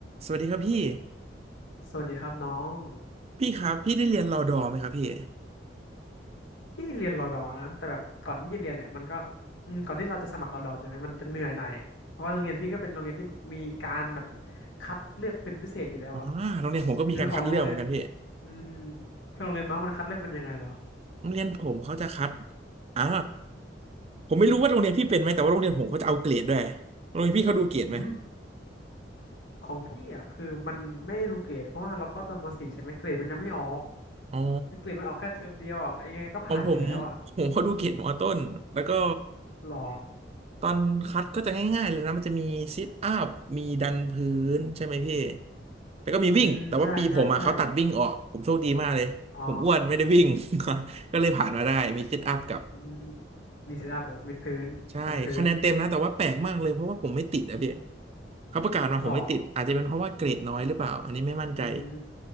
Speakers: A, on the right (about 35°); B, on the left (about 85°).
A: สวัสดีครับพี่
B: สวัสดีครับน้อง
A: พี่ครับพี่ได้เรียนรอดอไหมครับพี่
B: พี่เรียนรอดอนะแต่แบบก่อนที่พี่จะเรียนเนี่ยมันก็อืมก่อนที่เราจะสมัครรอดอใช่ไหมมันจะเหนื่อยหน่อยเพราะว่าโรงเรียนพี่ก็เป็นโรงเรียนที่แบบมีการแบบคัดเลือกเป็นพิเศษอยู่แล้วอะ
A: อ๋อโรงเรียนผมก็มีการคัดเลือกเหมือนกันพี่
B: คือของโรงเรียนอืมคือโรงเรียนน้องมันคัดเลือกเป็นยังไงเหรอ
A: โรงเรียนผมเขาจะคัดอ่าผมไม่รู้ว่าโรงเรียนพี่เป็นไหมแต่ว่าโรงเรียนผมเขาจะเอาเกรดด้วยโรงเรียนพี่เขาดูเกรดไหม
B: อืมของพี่อ่ะคือมันไม่ได้รู้เกรดเพราะว่าเราเข้าตอนม .4 ใช่ไหมเกรดมันยังไม่ออก
A: อ๋อ
B: คือเกรดมันออกแค่เทอมเดียวอ่ะยังไงก็ผ่านอยู่แล้วอ่ะ
A: ของผมผมเขาดูเกรดมอต้นแล้วก็
B: หรอ
A: ตอนคัดก็จะง่ายๆเลยนะมันจะมีซิทอัพมีดันพื้นใช่ไหมพี่แล้วก็มีวิ่งแต่ว่าปีผมอ่ะเขาตัดวิ่งออกผมโชคดีมากเลยผมอ้วนไม่ได้วิ่ง
B: อืมใช่ใช่ใช่อ๋อ
A: <laughs> ก็เลยผ่านมาได้มีซิทอัพกับ
B: อืมมีซิทอัพวิดพื้นดันพื้น
A: ใช่คะแนนเต็มนะแต่ว่าแปลกมากเลยเพราะว่าผมไม่ติดอะพี่เขาประกาศมาผมไม่ติดอาจจะเป็นเพราะว่าเกรดน้อยหรือเปล่าอันนี้ไม่มั่นใจ
B: หรออืม